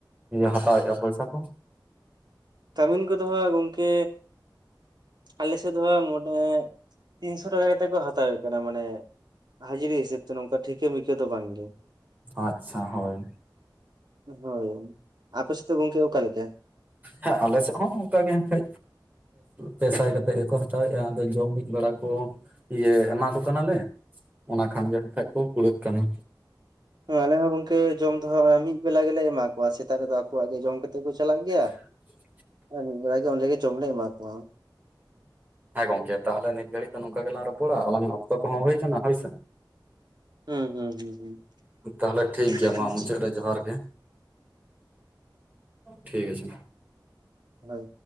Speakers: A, on the right; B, on the right.
A: ᱦᱟᱛᱟᱣᱮᱫᱼᱟ ᱯᱚᱭᱥᱟ ᱠᱚ <unintelligible>
B: ᱠᱟᱹᱢᱤᱱ ᱠᱚᱫᱚ ᱦᱟᱸᱜ ᱜᱚᱢᱠᱮ ᱟᱞᱮ ᱥᱮᱫ ᱫᱚ ᱢᱚᱴ ᱛᱤᱱᱥᱚ ᱴᱟᱠᱟ ᱠᱟᱛᱮᱫ ᱠᱚ ᱦᱟᱛᱟᱣᱮᱫ ᱠᱟᱱᱟ ᱢᱟᱱᱮ ᱦᱟᱹᱡᱨᱤ ᱦᱤᱥᱟᱹᱵ ᱛᱮ ᱱᱚᱝᱠᱟ ᱴᱷᱤᱠᱟᱹ ᱢᱤᱠᱟᱹ ᱫᱚ ᱵᱟᱝᱜᱮ
A: ᱟᱪᱪᱷᱟ ᱦᱚᱭ
B: ᱦᱳᱭ ᱟᱯᱮ ᱥᱮᱫ ᱫᱚ ᱜᱚᱢᱠᱮ ᱚᱠᱟ ᱞᱮᱠᱟ
A: ᱦᱮᱸ ᱟᱞᱮ ᱥᱮᱫ ᱦᱚᱸ ᱱᱚᱝᱠᱟ ᱜᱮ ᱦᱮᱠᱷᱟ ᱯᱮᱥᱟ ᱠᱟᱛᱮᱫ ᱜᱮᱠᱚ ᱦᱟᱛᱟᱣᱮᱫᱼᱟ ᱟᱫᱚ ᱡᱚᱢ ᱢᱤᱫ ᱵᱟᱲᱟ ᱠᱚ ᱤᱭᱟᱹ ᱮᱢᱟ ᱠᱚ ᱠᱟᱱᱟᱞᱮ ᱚᱱᱟ ᱠᱷᱟᱱ ᱜᱮ ᱠᱷᱟᱡ ᱠᱚ ᱠᱩᱲᱟᱹᱫ ᱠᱟᱱᱟ
B: ᱦᱮᱸ ᱟᱞᱮ ᱦᱚᱸ ᱜᱚᱢᱠᱮ ᱡᱚᱢ ᱫᱚ ᱦᱟᱸᱜ ᱢᱤᱫ ᱵᱮᱞᱟ ᱜᱮᱞᱮ ᱮᱢᱟ ᱠᱚᱣᱟ ᱥᱮᱛᱟᱜ ᱨᱮᱫᱚ ᱟᱠᱚᱣᱟᱜ ᱜᱮ ᱡᱚᱢ ᱠᱟᱛᱮᱫ ᱠᱚ ᱪᱟᱞᱟᱜ ᱜᱮᱭᱟ
A: <unintelligible>
B: ᱢᱤᱫ ᱵᱮᱲᱟ ᱜᱮ ᱳᱱᱰᱮ ᱡᱚᱢ ᱞᱮ ᱮᱢᱟ ᱠᱚᱣᱟ
A: ᱦᱮᱸ ᱜᱚᱝᱠᱮ ᱛᱟᱦᱚᱞᱮ ᱱᱤᱛ ᱜᱷᱟᱹᱲᱤ ᱫᱚ ᱱᱚᱝᱠᱟ ᱜᱮᱞᱟᱝ ᱨᱚᱯᱚᱲᱟ ᱟᱞᱟᱝ ᱚᱠᱛᱚ ᱠᱚᱦᱚᱸ ᱦᱩᱭ ᱠᱟᱱᱟ ᱦᱳᱭᱥᱮ
B: ᱦᱩᱸ ᱦᱩᱸ ᱦᱩᱸ
A: ᱛᱟᱦᱞᱮ ᱴᱷᱤᱠ ᱜᱮᱭᱟ
B: ᱦᱩᱸ
A: ᱢᱟ ᱢᱩᱪᱟᱹᱫ ᱨᱮ ᱡᱚᱦᱟᱨ ᱜᱮ ᱴᱷᱤᱠ ᱟᱷᱮᱦᱮᱸ
B: ᱦᱳᱭ